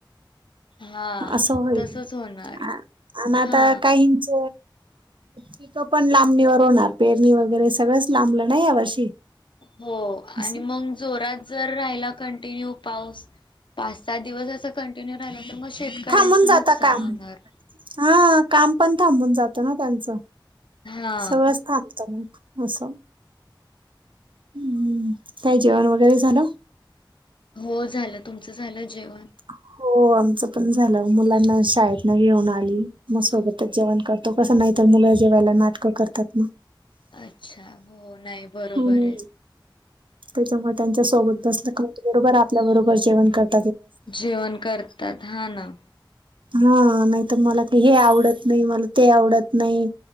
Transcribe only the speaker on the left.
हा
तसच होणार
हा
हो
आणि मग जोरात जर राहिला कंटिन्यू पाऊस पाच साहा दिवस अस कंटिन्यू राहिला तर मग शेतकऱ्यांचं
नुकसान
होणार
हा
हो झालं तुमचं झालं जेवण.
अच्छा हो नाही बरोबरे.
जेवण करतात हा ना